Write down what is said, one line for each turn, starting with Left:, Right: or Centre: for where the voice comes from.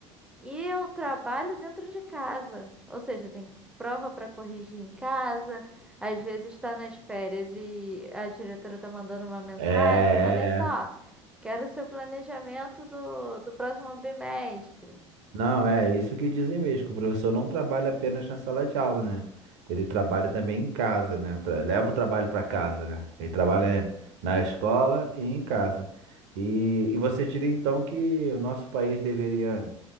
Centre: e o trabalho dentro de casa. Ou seja, tem prova para corrigir em casa. Às vezes está nas férias e a diretora está mandando uma mensagem.
Right: É, é,
Centre: Olha só,
Right: é.
Centre: quero o seu planejamento do, do próximo bimestre.
Right: Não, é isso que dizem mesmo, que o professor não trabalha apenas na sala de aula, né? Ele trabalha também em casa, né? Tra- Leva o trabalho para casa, né? Ele trabalha na escola e em casa. E, e você diria então que o nosso país deveria